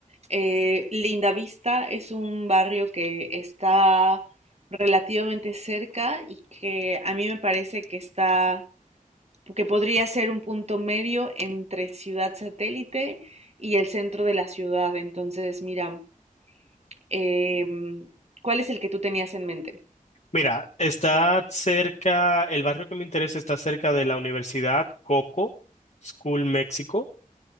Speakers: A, on the right; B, on the left.
A: Eh, Linda Vista es un barrio que está relativamente cerca y que a mí me parece que está, que podría ser un punto medio entre Ciudad Satélite y el centro de la ciudad. Entonces, mira, eh, ¿cuál es el que tú tenías en mente?
B: Mira, está cerca, el barrio que me interesa está cerca de la Universidad Coco School México.